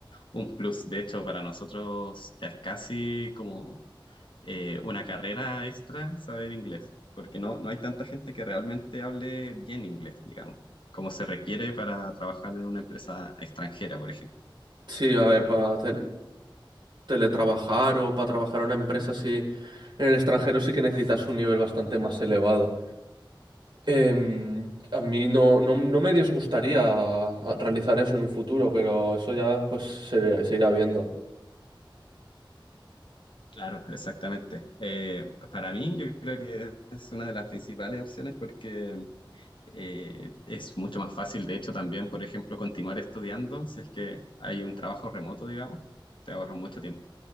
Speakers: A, on the left; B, on the right.
A: un plus. De hecho, para nosotros ya es casi como eh, una carrera extra saber inglés, porque no, no hay tanta gente que realmente hable bien inglés, digamos, como se requiere para trabajar en una empresa extranjera, por ejemplo.
B: Sí, a ver, para teletrabajar o para trabajar en una empresa así en el extranjero sí que necesitas un nivel bastante más elevado. Em, a mí no, no, no me disgustaría a- realizar eso en un futuro, pero eso ya pues se, se irá viendo.
A: Claro, exactamente. Eh, para mí, yo creo que es una de las principales opciones porque eh, es mucho más fácil, de hecho, también, por ejemplo, continuar estudiando si es que hay un trabajo remoto, digamos, te ahorra mucho tiempo.